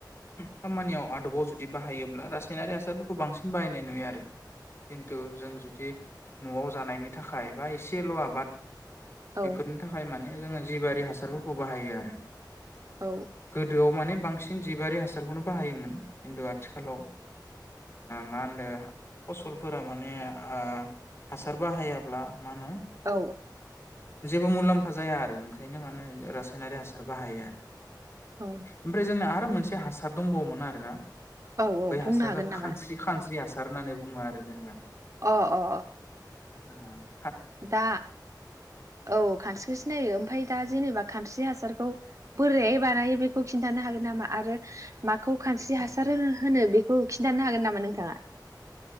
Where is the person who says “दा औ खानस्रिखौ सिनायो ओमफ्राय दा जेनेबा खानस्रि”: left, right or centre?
Right